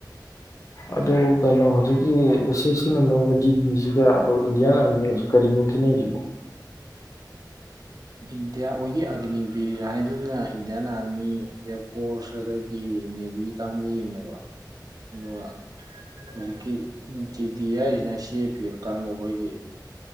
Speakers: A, on the left; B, on the right.
A: ꯑꯗꯨ ꯀꯩꯅꯣ ꯍꯧꯖꯤꯛꯀꯤ ꯑꯦꯁ ꯑꯦꯁ ꯁꯤꯅ ꯂꯧꯕ ꯖꯤꯗꯤ ꯁꯤꯒ ꯑꯗꯣ ꯏꯟꯗꯤꯌꯥꯟ ꯑꯥꯔꯃꯤꯒꯁꯨ ꯀꯔꯤꯅꯣ ꯈꯦꯠꯅꯩ ꯁꯤꯕꯣ
B: ꯏꯟꯗꯤꯌꯥ ꯑꯈꯣꯏꯒꯤ ꯑꯒꯅꯤꯕꯤꯔ ꯍꯥꯏꯗꯨꯅ ꯏꯟꯗꯤꯌꯥꯟ ꯑꯥꯔꯃꯤ ꯏꯌꯥꯔ ꯐꯣꯔꯁ ꯑꯗꯒꯤ ꯅꯦꯚꯤ ꯀꯥꯡꯕꯨꯒꯤꯅꯦꯕ ꯑꯗꯨꯒ ꯍꯧꯖꯤꯛꯀꯤ ꯖꯤ ꯗꯤ ꯍꯥꯏꯁꯤꯅ ꯁꯤ ꯑꯦ ꯄꯤ ꯑꯦꯐ ꯀꯥꯡꯕꯨ ꯈꯣꯏꯒꯤ